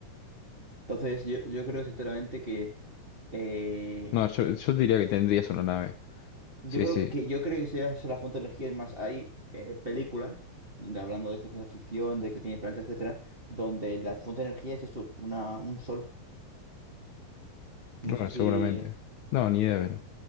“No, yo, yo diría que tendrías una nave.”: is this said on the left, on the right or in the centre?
Left